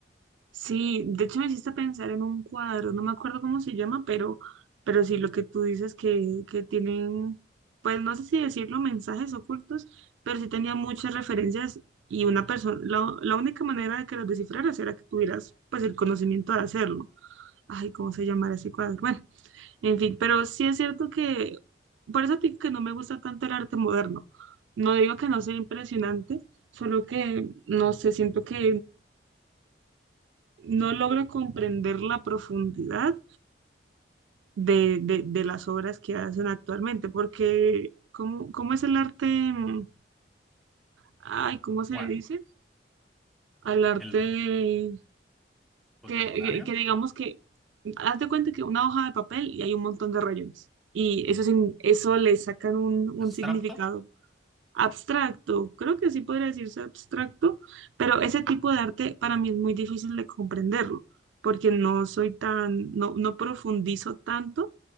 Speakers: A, on the right (about 80°); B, in the centre.
A: Sí, de hecho me hiciste pensar en un cuadro, no me acuerdo cómo se llama, pero, pero sí lo que tú dices que, que tienen, pues no sé si decirlo, mensajes ocultos, pero sí tenía muchas referencias y una persona, la, la única manera de que los descifraras era que tuvieras pues el conocimiento de hacerlo. Ay, ¿cómo se llamará ese cuadro? Bueno, en fin, pero sí es cierto que, por eso te digo que no me gusta tanto el arte moderno. No digo que no sea impresionante, solo que, no sé, siento que no logro comprender la profundidad de, de- de las obras que hacen actualmente, porque ¿cómo, cómo es el arte? mm, Ay, ¿cómo se
B: ¿Cuál?
A: le dice? Al arte
B: ¿El contemporáneo?
A: que, que- que digamos que, haz de cuenta que una hoja de papel y hay un montón de rayones. Y eso, sin- eso le sacan un, un
B: ¿Abstracto?
A: significado abstracto, creo que sí podría decirse abstracto, pero ese tipo de arte para mí es muy difícil de comprenderlo, porque no soy tan, no, no profundizo tanto,